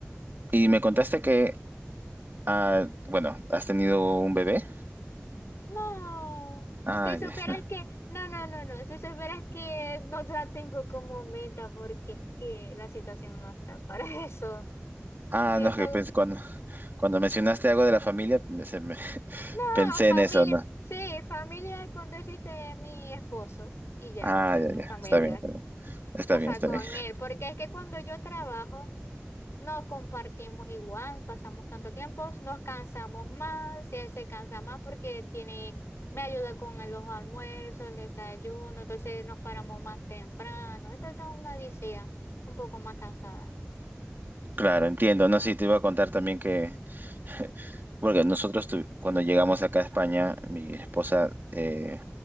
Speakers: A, on the right; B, on the left.
A: y me contaste que, ah, bueno, has tenido un bebé.
B: no,
A: Ah,
B: si supieras
A: ya. <laughs> no.
B: que, no, no, no, no, si supieras que no la tengo como meta porque es que la situación no está para <laughs> eso.
A: Ah,
B: Siento.
A: no, que pensé, cuando, cuando mencionaste algo de la familia, me- se me- <laughs>
B: No,
A: pensé
B: familia,
A: en eso, ¿no?
B: sí, familia con decirte de mi esposo y ya,
A: Ah,
B: es
A: ya,
B: mi
A: ya.
B: familia.
A: Está bien, está bien. Está
B: O
A: bien,
B: sea,
A: está
B: con
A: bien.
B: él, porque es que cuando yo trabajo, no compartimos igual, pasamos tanto tiempo, nos cansamos más, y él se cansa más porque tiene, me ayuda con el- los almuerzos, el desayuno, entonces nos paramos más temprano, entonces es una odisea, un poco más cansada.
A: Claro, entiendo. No, sí, te iba a contar también que <laughs> Porque nosotros tu- cuando llegamos acá a España, mi esposa eh,